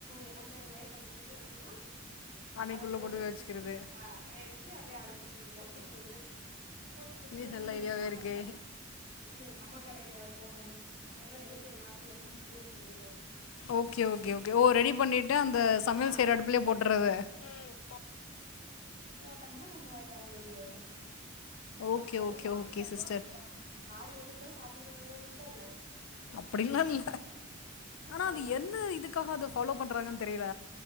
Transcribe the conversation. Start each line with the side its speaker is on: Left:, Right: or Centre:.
Right: எலந் தேங்காயா கெடச்சது அப்டினா
Left: அன்னைக்குள்ளே
Right: அத போட்டு
Left: வச்சுக்கிறது
Right: ஆ வெச்சு அப்டியே அடுப்புல் தூக்கி போட்றது இது போட்டு சுத்துனோனா
Left: இது நல்ல
Right: எங்க
Left: ஐடியாவே
Right: அம்மா
Left: இருக்கே
Right: கடேல ம் அம்மா கடேல போட்டோம் அங்கதா நெருப்பு என்நேரமு எரிஞ்சுக்ட்டே இருக்குதுல்லைங்க
Left: ஓகே ஓகே ஓகே ஓ ரெடி பண்ணிட்டு அந்த சமையல்
Right: ஆ
Left: செய்ற
Right: ரெடி
Left: அடுப்புலே போட்டுறது
Right: போட்டம்னா நம்ம அதுக் அது ரெடி ஆய்ரு
Left: ஓகே
Right: நமக்கு என்னைக்
Left: ஓகே
Right: ஆசையா
Left: ஓகே
Right: இருக்கோ
Left: சிஸ்டர்
Right: அன்னைக் சம ஆடி ஒண்ணுக்குதா சாப்புனு எதாது இருக்கா என்ன
Left: அப்புடிலா இல்ல ஆனா
Right: அதனால
Left: அது என்ன இதுக்காக அத ஃபாலோ பண்றாங்கன் தெரில